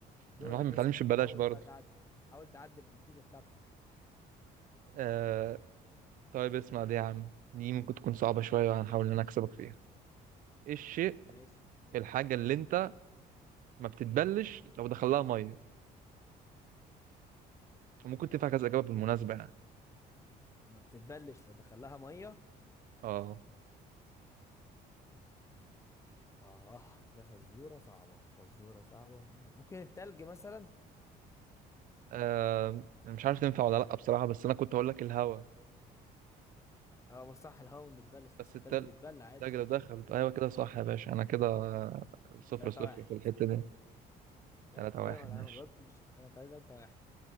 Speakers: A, on the left; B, on the right.
A: دورك
B: الواحد ما بيتعلمش
A: اسأل
B: ببلاش
A: حاول
B: برضه
A: بقى تعدل حاول تعدل النتيجة بتاعتك
B: آه طيب اسمع دي يا عم دي ممكن تكون صعبة شوية هنحاول إن أنا أكسبك فيها إيه الشيء
A: ماشي
B: الحاجة اللي أنت ما بتتبلش لو دخلها مية وممكن تنفع كذا إجابة بالمناسبة يعني
A: ما بتتبلش لو دخلها مية
B: آه
A: اه ده فزورة صعبة فزورة صعبة ممكن التلج مثلا
B: آه مش عارف تنفع ولا لأ بصراحة بس أنا كنت هقول لك الهوا
A: اه ما صح الهواء ما بتبلش بس
B: بس
A: التلج
B: التل
A: بيتبل عادي
B: التلج لو دخل أيوة كده صح يا باشا أنا كده صفر
A: تلاتة
B: صفر
A: واحد
B: في الحتة دي
A: لا
B: تلاتة
A: انت كده
B: واحد
A: ما انا
B: ماشي
A: ما جاوبتش يبقى انا تلاتة واحد